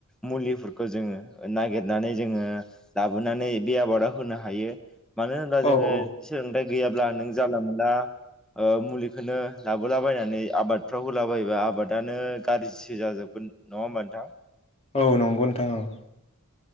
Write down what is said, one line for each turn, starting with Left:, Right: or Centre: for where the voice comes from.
Centre: मुलिफोरखौ जोङो नागिरनानै जोङो लाबोनानै बे आबादा होनो हायो मानो होनोब्ला जोङो
Left: औ
Centre: सोलोंथाइ गैयाब्ला नों जानला मोनला ओ मुलिखौनो लाबोलाबायनानै आबादफ्राव होला बयबा आबादानो गाज्रिसो जाजोबगोन नङा होमबा नोंथां?
Left: औ नंगौ नोंथां औ।